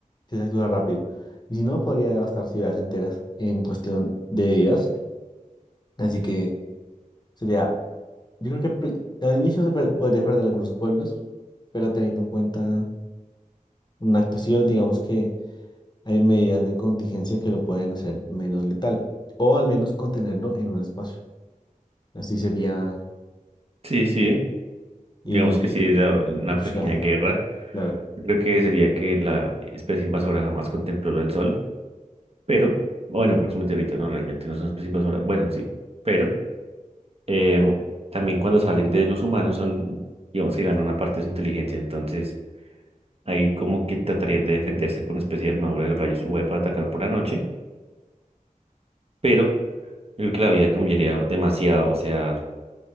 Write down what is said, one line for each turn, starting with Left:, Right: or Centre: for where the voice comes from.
Left: si se actúa rápido. Y si no, podría devastar ciudades enteras en cuestión de días. Así que sería, yo creo que pri- al inicio se per- podría perder algunos pueblos, pero teniendo en cuenta una actuación, digamos que hay medidas de contingencia que lo pueden hacer menos letal, o al menos contenerlo en un espacio. Así sería.
Right: sí, sí. Digamos
Left: Y...
Right: que sí, la- una
Left: ushla,
Right: pequeña guerra.
Left: claro,
Right: Yo Creo que sería que la especie invasora jamás contempló lo del sol, pero, bueno, porque es un meteorito, no, realmente no es una especie invasora. Bueno, sí, pero em, también cuando salen de los humanos son, digamos que ganan una parte de su inteligencia, entonces Ahí como que tratarían de defenderse con una especie de armadura de los rayos UV para atacar por la noche, pero yo creo que la vida cambiaría demasiado, o sea,